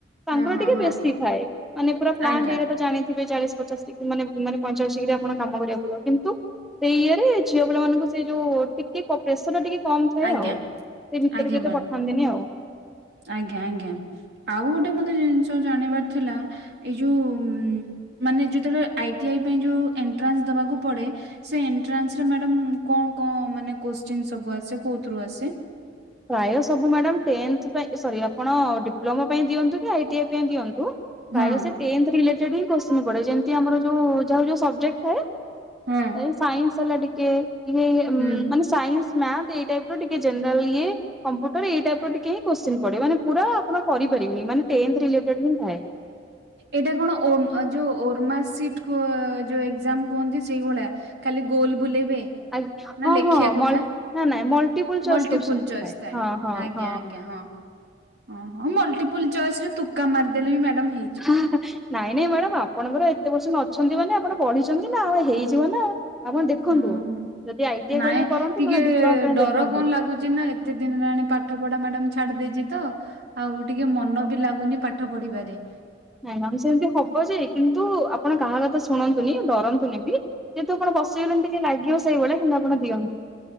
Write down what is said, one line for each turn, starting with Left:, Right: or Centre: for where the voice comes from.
Centre: ତାଙ୍କର
Right: ହଁ ହଁ
Centre: ଟିକେ
Right: ହଁ
Centre: ବେଶି ଥାଏ ମାନେ ପୁରା ପ୍ଲାଣ୍ଟ
Right: ଆଜ୍ଞା
Centre: ଏରିଆ ପୁରା ଜାଣିଥିବେ ଚାଳିଶ ପଚାଶ ଡିଗ୍ରୀ ମାନେ ମାନେ ପଇଚାଳିଶ ଡିଗ୍ରୀ ଆପଣ କାମ କରିବାକୁ ପଡିବ କିନ୍ତୁ ସେଇ ଇଏ ରେ ଝିଅ ପିଲା ମାନଙ୍କୁ ସେଇ ଯୋଉ ଟିକେ ହଁ ପ୍ରେସର ଟା ଟିକେ କମ୍ ଥାଏ
Right: ଆଜ୍ଞା
Centre: ଆଉ ସେ ଭିତରକୁ
Right: ଆଜ୍ଞା
Centre: ଏତେ
Right: ମ୍ୟାଡ଼ାମ
Centre: ପଠାନ୍ତିନି ଆଉ।
Right: ଆଜ୍ଞା ଆଜ୍ଞା ଆଉ ଗୋଟେ ମତେ ଜିନିଷ ଜାଣିବାର ଥିଲା ଏଇ ଯୋଉ ମାନେ ଯେତେବେଳେ ଆଇ ଟି ଆଇ ପାଇଁ ଯୋଉ ଏଣ୍ଟ୍ରାନ୍ସ ଦବାକୁ ପଡେ ସେ ଏଣ୍ଟ୍ରାନ୍ସ ରେ ମ୍ୟାଡମ୍ କଣ କଣ ମାନେ କୋଶ୍ଚିନ ସବୁ ଆସେ କୋଉଥିରୁ ଆସେ?
Centre: ପ୍ରାୟ ସବୁ ମାଡ଼ାମ୍ ଟେନ୍ଥ ପାଇ ସରୀ ଆପଣ ଡିପ୍ଲୋମା ପାଇଁ ଦିଅନ୍ତୁ କି ଆଇଟିଆଇ ପାଇଁ ଦିଅନ୍ତୁ
Right: ହଁ
Centre: ପ୍ରାୟ ସେ ଟେନ୍ଥ ରିଲେଟେଡ୍ ହିଁ କେଶ୍ଚିନ୍ ପଡ଼େ ଯେମିତି ଆମର ଯୋଉ ଯୋଉ ସବଜେକ୍ଟ ଥାଏ
Right: ହଁ
Centre: ଏଇ ସାଇନ୍ସ ହେଲା ଟିକେ ଇହେ ଇହେ
Right: ହୁଁ।
Centre: ମାନେ ସାଇନ୍ସ ମ୍ୟାଥ ଏଇ ଟାଇପ୍ ର ଟିକେ ଜେନେରାଲ ଇଏ କମ୍ପୁଟର ଏଇ ଟାଇପ୍ ର ଟିକେ ହିଁ କୋଶ୍ଚିନ୍ ପଡେ ମାନେ ପୁରା ଆପଣ କରିପାରିବେ ମାନେ ଟେନ୍ଥ ରିଲେଟେଡ୍ ହିଁ ଥାଏ।
Right: ଏଇଟା କଣ ଓମ୍ ଯୋଉ ଓର୍ମା ସିଟ ଯୋଉ ଏକ୍ଜାମ କୁହନ୍ତି ସେଇଭଳିଆ। ଖାଲି ଗୋଲ୍ ବୁଲେଇବେ।
Centre: ଆଜ୍ଞା
Right: ନା
Centre: ହଁ
Right: ଲେଖିବାକୁ
Centre: ହଁ ମଲ୍
Right: ଥାଏ
Centre: ନା ନାଇଁ multiple choice
Right: multiple
Centre: question
Right: choice ଥାଏ
Centre: ହଁ ହଁ
Right: ଆଜ୍ଞା
Centre: ହଁ।
Right: ଆଜ୍ଞା ହଁ। ଓ ହୋ ମଲ୍ଟିପୁଲ ଚଏସ ରେ ତୁକା ମାରିଦେଲେ ବି ମ୍ୟାଡ଼ାମ
Centre: <unintelligible> ନାଇଁ ନାଇଁ ମ୍ୟାଡାମ ଆପଣଙ୍କର ଏତେ ପରସେଣ୍ଟ ଅଛନ୍ତି ମାନେ ଆପଣ ବଢିଛନ୍ତି ନା ଆଉ ହେଇଯିବ ନା ଆପଣ ଦେଖନ୍ତୁ
Right: ହଁ।
Centre: ଯଦି ଆଇଟି
Right: ନାଇଁ
Centre: ଆଇ କରିବେ କରନ୍ତୁ
Right: ଟିକେ
Centre: ନହେଲେ ଡିପ୍ଲୋମା ପାଇଁ
Right: ଡର
Centre: ଦେଖନ୍ତୁ।
Right: କଣ ଲାଗୁଛି ନା ଏ କେତେ ଦିନ ହେଲାଣି ପାଠ ପଢା ମ୍ୟାଡାମ୍ ଛାଡି ଦେଇେଇଛି ତ ଆଉ ଟିକେ ମନ ବି ଲାଗୁନି ପାଠ ପାଠ ପଢିପାରେ।
Centre: ନାଇଁ ମାମ ସେମିତି ହବ ଯେ କିନ୍ତୁ ଆପଣ କାହା କଥା ଶୁଣନ୍ତୁନି ଡରନ୍ତୁନି ବି ଯେହେତୁ ଆପଣ ବସିି ଗଲେଣି ଟିକେ ଲାଗିବ ସେଇଭଳିଆ କିନ୍ତୁ ଆପଣ ଦିଅନ୍ତୁ।